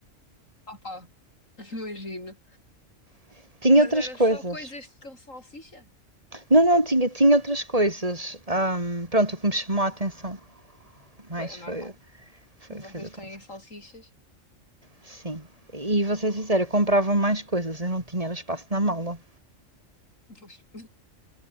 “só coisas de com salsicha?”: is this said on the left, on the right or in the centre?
Left